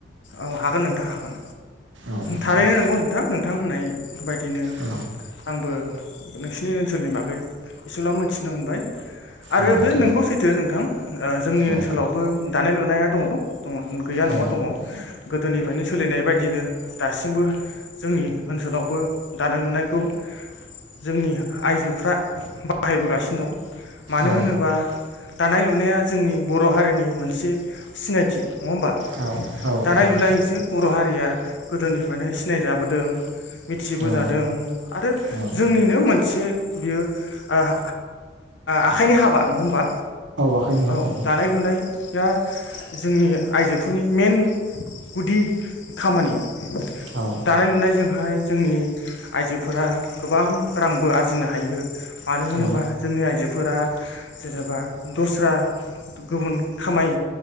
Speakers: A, on the left (about 75°); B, on the right (about 80°).
A: औ हागोन नोंथां हागोन
B: औ नोंथां
A: ।थारैनो
B: दे
A: नंगौ नोंथां नोंथां होननाय बायदिनो
B: औ
A: आंबो नोंसिनि ओनसोलनि बागै एसेब्लाबो मिथिनो मोनबाय आरो
B: औ नोंथां
A: बे नंगौ सैथो नोंथां ओ जोंनि
B: औ
A: ओनसोलावबो दानाय लुनाया दङ दं गैया
B: औ
A: नङा दङ गोदोनिफ्रायनो सोलिनाय बायदिनो दासिमबो जोंनि ओनसोलावबो दानाय लुनायखौ जोंनि आइजोफ्रा बाहायबोगासिनो दं मानो
B: औ
A: होनोबा दानाय लुनाया जोंनि बर' हारिनि मोनसे सिनायथि नङा होमबा!
B: औ औ
A: दानाय
B: नोंथां
A: लुनायसो बर' हारिया गोदो गोदोनिफ्रायनो सिनायजाबोदों मिथिबोजादों
B: औ
A: आरो
B: औ औ
A: जोंनिनो मोनसे बियो ओ ओ आखाइनि हाबा नङा होमबा?
B: आखाइनि हाबा
A: औ दानाय लुनाय दा जोंनि आइजोफोरनि मेन गुदि खामानि
B: औ
A: दानाय लुनायजोंहाय जोंनि आइजोफोरा गोबां रांबो आरजिनो हायो मानो होनोबा
B: औ
A: जोंनि आइजोफोरा जेनेबा दस्रा गुबुन खामाय